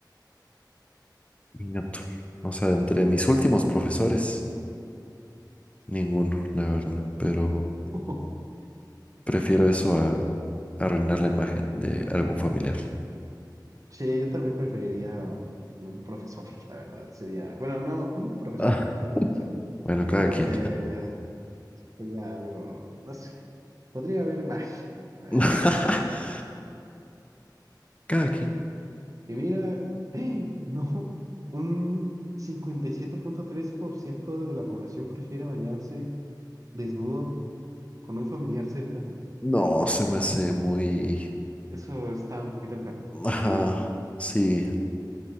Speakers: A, on the left; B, on the right.
A: Ingato. O sea, entre mis últimos profesores. Ninguno, la verdad. Pero
B: <laughs>
A: prefiero eso a arruinar la imagen de algún familiar.
B: Sí, yo también preferiría con un profesor, la verdad. Sería, bueno, una con una profesora,
A: Ah,
B: una profesora.
A: Bueno, cada
B: Sí, porque
A: quien.
B: sería algo, no sé, podría haber magia. allá.
A: <laughs> Cada quien.
B: Y mira, <clears throat> <gasps> no, un cincuenta y siete punto tres por ciento de la población prefiere bañarse desnudo con un familiar cercano.
A: No, se me hace muy...
B: Eso está un poquito enfermo,
A: Ajá,
B: diría.
A: sí,